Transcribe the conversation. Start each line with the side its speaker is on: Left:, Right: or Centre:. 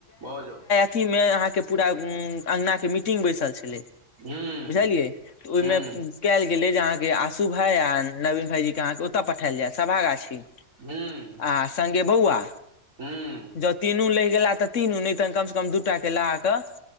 Right: भऽ जाउ
Left: अथी मे अहाँ के पूरा अंगना के मीटिंग बैसल छलै।
Right: हूँ
Left: बुझलियै त ओईमे
Right: हूँ
Left: कैइल गेलै जे अहाँ के आशू भाईआ नविन भाई जी के अहाँ के ओतय पठायल जायत सभा गाछी।
Right: हूँ
Left: आ संगे बौआ
Right: हूँ
Left: ज। तीनू लहि गेला तऽ तीनू नै त कम से कम दू टा के लगाक